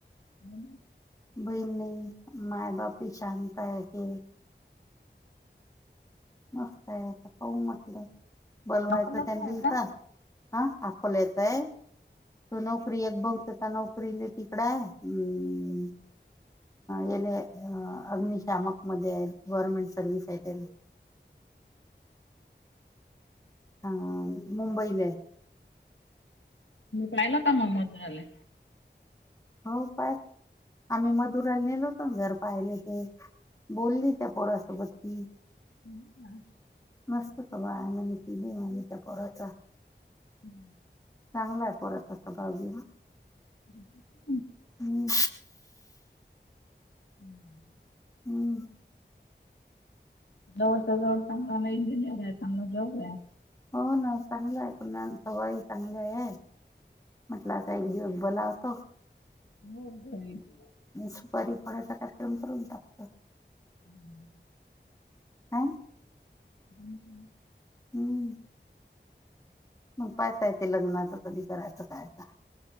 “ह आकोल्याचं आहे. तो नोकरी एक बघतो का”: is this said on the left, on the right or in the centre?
Left